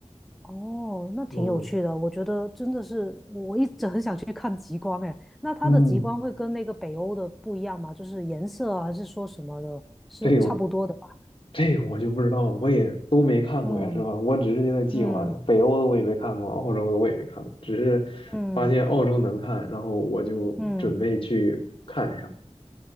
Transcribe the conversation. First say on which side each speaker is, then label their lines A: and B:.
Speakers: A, in the centre; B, on the left (about 50°).
A: 哦，那挺有趣的，
B: 嗯，
A: 我觉得真的是我一直很想去看极光哎。那它的极光会跟那个北欧的不一样吗？
B: 嗯，
A: 就是颜色啊，还是说什么的，是差不多的吧？
B: 这个这个我就不知道，我也都没看过呀，
A: 嗯
B: 是吧？我只是现在计划着，
A: 嗯
B: 北欧的我也没看过，澳洲的我也没看过，只是发现澳洲能看，
A: 嗯
B: 然后我就准备去看一下。
A: 嗯